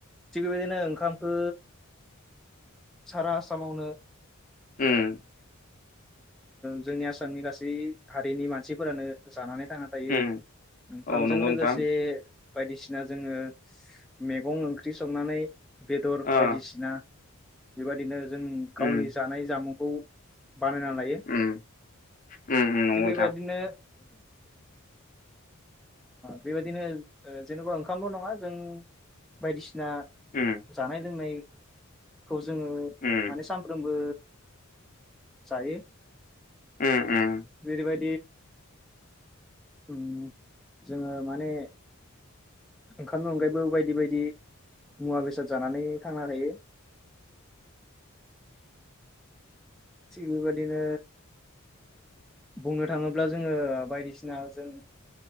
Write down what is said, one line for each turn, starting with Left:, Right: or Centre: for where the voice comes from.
Centre: थिग बेबायदिनो ओंखामखो सारा आसामाव नो
Left: होम
Centre: जोंनि आसामनि गासै हारिनि मानसिफोरानो जानानै थांना थायो
Left: उम
Centre: ओंखामजों
Left: औ नंगौ
Centre: लोगोसे
Left: नोंथां
Centre: बायदिसिना जोङो मैगं ओंख्रि संनानै बेदर
Left: अ
Centre: बायदिसिना बेबायदिनो जों गावनि
Left: उम
Centre: जानाय जामुं खौ बानायना लायो
Left: उम उम नंगौ
Centre: थिग
Left: नोंथां
Centre: बेबादिनो बेबायदिनो जेनेबा ओंखामल' नङा जों बायदिसिन सिना
Left: उम
Centre: जानाय लोंनाय खौ जोङो
Left: उम
Centre: फ्रोमबो जायो।
Left: उम उम
Centre: जेरैबाय <unintelligible> जोङो माने ओंखामनि अनगायैबो बायदि बायदि मुवा बेसाद जानानै थांना थायो। थिग बेबायदिनो बुंनो थाङोब्ला जोङो बायदिसिना जों